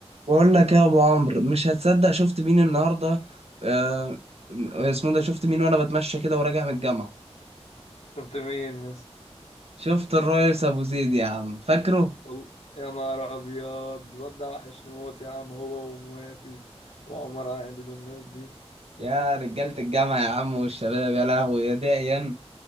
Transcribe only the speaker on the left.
شفت مين يا اسطى
والله يا نهار ابيض الواد ده وحش نموت يا عم هو وموافي وعمر عادل والناس دي